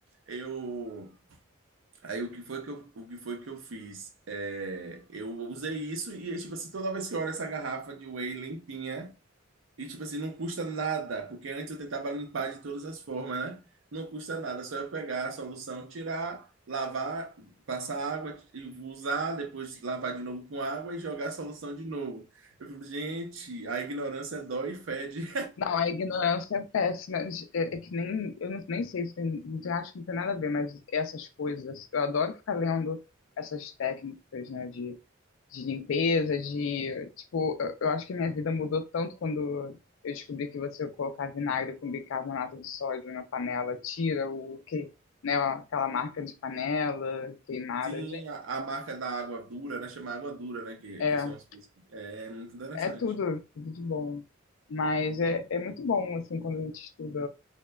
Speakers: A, on the right (about 75°); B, on the left (about 75°).
A: eu aí o que foi que eu, o que foi que eu fiz? É, eu usei isso e tipo assim, toda vez que eu olho essa garrafa de whey limpinha e tipo assim, não custa nada, porque antes eu tentava limpar de todas as formas, né? Não custa nada, só eu pegar a solução, tirar, lavar, passar água e usar, depois lavar de novo com água e jogar a solução de novo. Eu fico, gente, a ignorância dói e fede.
B: Não, a ignorância é péssima. É, é que nem, eu não- nem sei se tem, não tem- acho que não tem nada a ver, mas essas coisas, eu adoro ficar lendo essas técnicas, né, de, de limpeza, de, tipo, eu, eu acho que a minha vida mudou tanto quando eu descobri que você colocar vinagre com bicarbonato de sódio na panela, tira o que, né, aquela marca de panela queimada,
A: Sim,
B: de-
A: a, a marca da água dura, né? Chama água dura, né? Que,
B: é,
A: que são as coisas. É é muito interessante.
B: é tudo, tudo de bom. Mas é, é muito bom, assim, quando a gente estuda